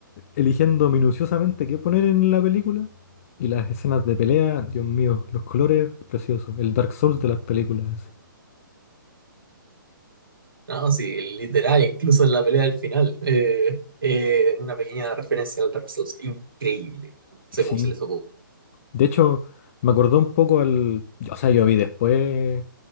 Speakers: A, on the left; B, on the right.
A: eligiendo minuciosamente qué poner en la película. Y las escenas de pelea, Dios mío, los colores, preciosos. El Dark Souls de las películas.
B: No, sí, literal, incluso en la pelea del final. eh, eh, una pequeña referencia al Dark Souls, increíble. No sé
A: Sí.
B: cómo se les ocurrió.
A: De hecho, me acordó un poco al... O sea, yo vi después